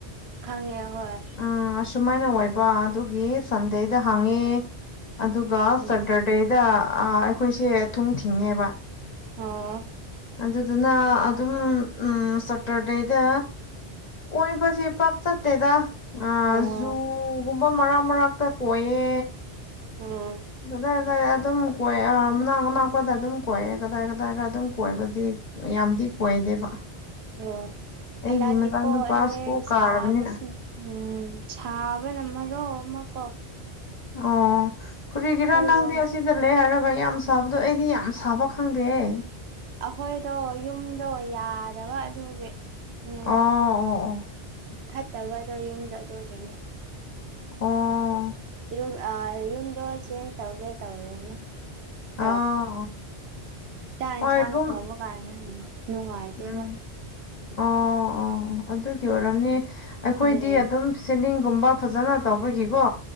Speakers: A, on the right (about 75°); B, on the left (about 45°).
A: ꯈꯪꯉꯦ ꯍꯣꯏ
B: ꯎꯝ ꯑꯁꯨꯃꯥꯏꯅ ꯑꯣꯏꯕ ꯑꯗꯨꯒꯤ ꯁꯟꯗꯦꯗ ꯍꯥꯡꯉꯦ ꯑꯗꯨ ꯑꯗꯨꯒ
A: ꯎꯝ
B: ꯁꯦꯇꯔꯗꯦꯗ ꯑ ꯑꯩꯈꯣꯏꯁꯦ ꯊꯨꯣꯡ ꯊꯤꯡꯉꯦꯕ
A: ꯑꯣ
B: ꯑꯗꯨꯗꯨꯅ ꯑꯗꯨꯝ ꯎꯝ ꯁꯦꯇꯔꯗꯦꯗ ꯀꯣꯏꯕꯁꯦ ꯄꯥꯛ ꯆꯠꯇꯦꯗ ꯑ
A: ꯑꯣ
B: ꯖꯨꯒꯨꯝꯕ ꯃꯔꯛ ꯃꯔꯛꯇ ꯀꯣꯏꯌꯦ
A: ꯑꯝ
B: ꯑꯗꯨꯗꯥꯏ ꯑꯗꯨꯗꯥꯏ ꯑꯗꯨꯝ ꯀꯣꯏ ꯃꯅꯥꯛ ꯑꯅꯥꯛꯄꯗ ꯑꯗꯨꯝ ꯀꯣꯏꯌꯦ ꯀꯗꯥꯏ ꯀꯗꯥꯏꯗ ꯑꯗꯨꯝ ꯀꯣꯏꯕꯗꯤ ꯌꯥꯝꯗꯤ ꯀꯣꯏꯗꯦꯕ
A: ꯑꯣ
B: ꯑꯩꯒꯤ
A: ꯍꯟꯗꯛꯗꯤ
B: ꯃꯆꯥ
A: ꯀꯣ
B: ꯅꯨꯨꯄꯥ
A: ꯑꯦ
B: ꯁ꯭ꯀꯨꯜ ꯀꯥꯔꯕꯅꯤꯅ
A: ꯁꯥꯕꯁꯤ ꯎꯝ ꯁꯥꯕꯅ ꯃꯔꯣꯜ ꯑꯃꯀꯣ
B: ꯑꯣ ꯀꯔꯤꯒꯔꯥ
A: ꯑꯩꯈꯣꯏ
B: ꯅꯪꯗꯤ
A: ꯌꯨꯝ
B: ꯑꯁꯤ ꯁꯤꯗ ꯂꯩ ꯍꯥꯏꯔꯒ ꯌꯥꯝ ꯁꯥꯕꯗꯣ ꯑꯩꯗꯤ ꯌꯥꯝ ꯁꯥꯕ ꯈꯪꯗꯦꯍꯦ
A: ꯑꯈꯣꯏꯗꯣ ꯌꯨꯝꯗꯣ ꯌꯥꯗꯕ ꯑꯗꯨꯒꯤ ꯎꯝ
B: ꯑꯣ ꯑꯣ
A: ꯐꯠꯇꯕꯗꯣ ꯌꯨꯝꯗ ꯑꯗꯨꯒꯤꯅꯤ
B: ꯑꯣ
A: ꯌꯨꯝ ꯑ ꯌꯨꯝꯗꯣ ꯆꯦꯟꯖ ꯇꯧꯒꯦ ꯇꯧꯔꯦꯅꯦ <unintelligible>
B: ꯑꯣ ꯑꯣ
A: ꯆꯥꯛ ꯌꯦꯟꯁꯥꯡ
B: ꯍꯣꯏ ꯔꯨꯝ
A: ꯊꯣꯡꯕ ꯀꯥꯟꯗ ꯌꯥꯝ ꯅꯨꯡꯉꯥꯏꯇꯦꯕ
B: ꯎꯝ ꯑꯣ ꯑꯣ ꯑꯗꯨꯒꯤ ꯑꯣꯏꯔꯝꯅꯤ ꯑꯩꯈꯣꯏꯗꯤ
A: ꯎꯝ
B: ꯑꯗꯨꯝ ꯁꯤꯂꯤꯡꯒꯨꯝꯕ ꯐꯖꯅ ꯇꯧꯕꯒꯤꯀꯣ